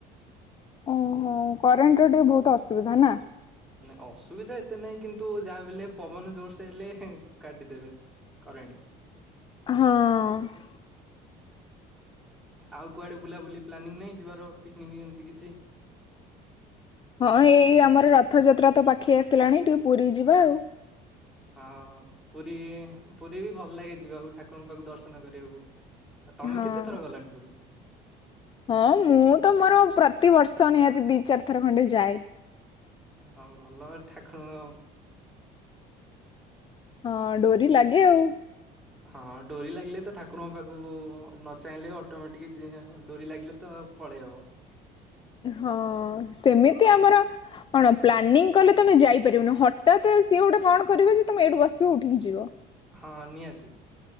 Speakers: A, on the left; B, in the centre.
A: ଓହୋ କରେଣ୍ଟ ର ଟିକେ ବହୁତ ଅସୁବିଧା ନା।
B: ନାଇଁ ଅସୁବିଧା ଏତେ ନାଇଁ କିନ୍ତୁ ଯାହା ବିହେଲେ ପବନ ଜୋରସେ ହେଲେ କାଟିଦେବେ। କରେଣ୍ଟ।
A: ହଁ।
B: ଆଉ କୁଆଡେ ବୁଲାବୁଲି ପ୍ଲାନିଂ ନାହିଁ ଯିବାର ପିକନିକ୍ ଏମିତି କିଛି।
A: ହଁ ଏଇ ଆମର ରଥଯାତ୍ରା ତ ପାଖେଇ ଆସିଲାଣି ଟିକେ ପୁରୀ ଯିବା ଆଉ।
B: ହଁ ପୁରୀ ପୁରୀ ବି ଭଲ ଲାଗେ ଯିବାକୁ ଠାକୁରଙ୍କ ପାଖକୁ ଦର୍ଶନ କରିବାକୁ। ଆଉ ତମେ
A: ହଁ।
B: କେତେଥର ଗଲାଣି ପୁରୀ।
A: ହଁ ମୁଁ ତ ମୋର ପ୍ରତିିବର୍ଷ ନିହାତି ଦି ଚାରି ଥର ଖଣ୍ଡେ ଯାଏ।
B: ହଁ ଭଲ ଠାକୁରଙ୍କ।
A: ହଁ ଡୋରି ଲାଗେ ଆଉ।
B: ହଁ ଡୋରି ଲାଗିଲେ ତ ଠାକୁରଙ୍କ ପାଖକୁ ନ ଚାହିଁଲେ ଅଟୋମେଟିକ ଡୋରି ଲାଗିଲେ ତ। ପଳେଇ ହେବ।
A: ହଁ ସେମିତି ଆମର। କଣ ପ୍ଲାନିଂ କଲେ ତମେ ଯାଇପାରିବନି ହଠାତ୍ ସିଏ ଗୋଟେ କଣ କରିବ ଯେ ତମେ ଏଇଠୁ ବସଥିବ ଉଠିକି ଯିବ।
B: ହଁ ନିହାତି।